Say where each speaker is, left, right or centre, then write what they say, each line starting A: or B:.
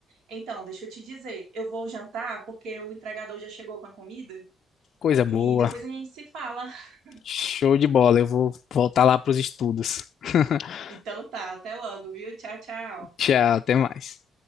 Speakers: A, on the right; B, on the left.
A: Então, deixa eu te dizer, eu vou jantar porque o entregador já chegou com a comida
B: Coisa boa.
A: e depois a gente se fala. <laughs>
B: Show de bola. Eu vou voltar lá para os estudos. <laughs>
A: Então tá, até logo, viu? Tchau, tchau.
B: Tchau, até mais.